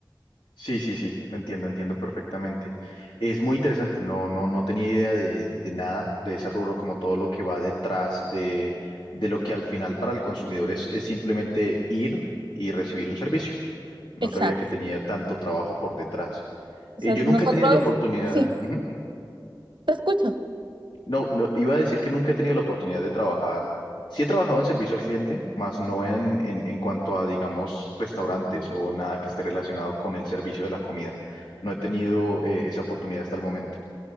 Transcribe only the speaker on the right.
Exacto.
O
sea,
nosotros,
sí,
te escucho.